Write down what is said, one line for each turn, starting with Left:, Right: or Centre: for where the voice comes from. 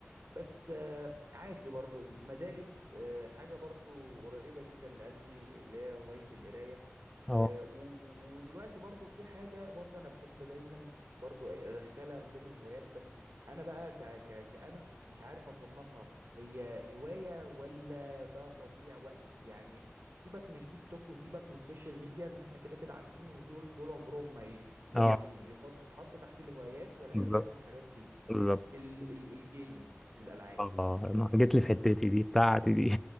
Right: بس آه، عادي برضو ما زالت آه، حاجه برضو قريبه جدا لقلبي اللي هي هوايه القرايه
Centre: اه
Right: آه، و- و- ودلوقتي برضو في حاجة برضو أنا بحب دايما برضو ادخلها من ضمن الهوايات بس انا بقى ك ك كأنا مش عارف اصنفها هي هواية ولا ده تضييع وقت يعني سيبك من التيك توك وسيبك من السوشيال ميديا ان احنا كده كده عارفين ان دول دول عمرهم ما ي- يعني
Centre: اه
Right: يحط تتحطوا تحت الهوايات ولا
Centre: بالظبط
Right: اي حاجة من الحاجات دي
Centre: بالظبط
Right: ال ال الجيمنج الالعاب
Centre: اه ما جيت لي في حتتي دي بتاعتي دي